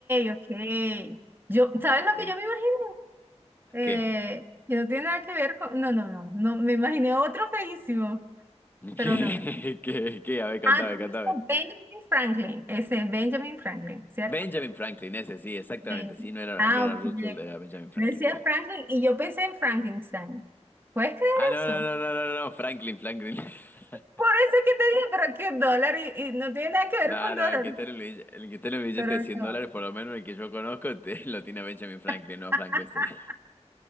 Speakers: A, on the right (about 20°); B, on the left (about 15°).
A: ok. Yo, ¿sabes lo
B: Bien.
A: que yo me imaginé?
B: ¿Qué?
A: Eh, que no tiene nada que ver con, no, no, no, no, me imaginé otro feísimo, pero
B: ¿Qué,
A: no, no.
B: qué, qué? A ver, cantame,
A: Ah, tú dices
B: cantame.
A: Benjamin Franklin, ese es Benjamin Franklin, ¿cierto?
B: Benjamin Franklin, ese sí, exactamente.
A: Eh,
B: Sí, no era,
A: ah,
B: no era
A: ok.
B: Roosevelt, era Benjamin Franklin,
A: Decía
B: sí.
A: Franklin y yo pensé en Frankenstein. ¿Puedes creer
B: Ah, no,
A: eso?
B: no, no, no, no, no, Franklin, Franklin. <laughs>
A: Por eso es que te dije, pero aquí es dólar y, y no tiene nada que ver
B: No,
A: con
B: no,
A: dólar.
B: el que está en el billete, el que está en el billete
A: Pero
B: de 100
A: no.
B: dólares, por lo menos el que yo conozco, te- <laughs> lo tiene Benjamin Franklin,
A: <laughs>
B: no Frankenstein.